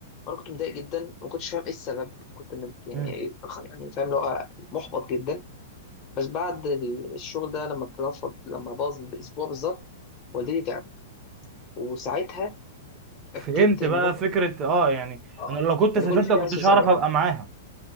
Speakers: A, on the left; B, on the right.
A: وأنا كنت متضايق جدا وما كنتش فاهم إيه السبب كنت من يعني
B: مم.
A: خ- يعني فاهم اللي هو محبط جدا بس بعد ال- الشغل ده لما اترفض لما باظ بأسبوع بالظبط والدتي تعبت وساعتها
B: فهمت
A: اتأكدت إنه
B: بقى فكرة اه يعني
A: آه
B: انا لو كنت
A: إن
B: سافرت
A: كل شيء
B: ما
A: ده
B: كنتش
A: له سبب
B: هعرف ابقى معاها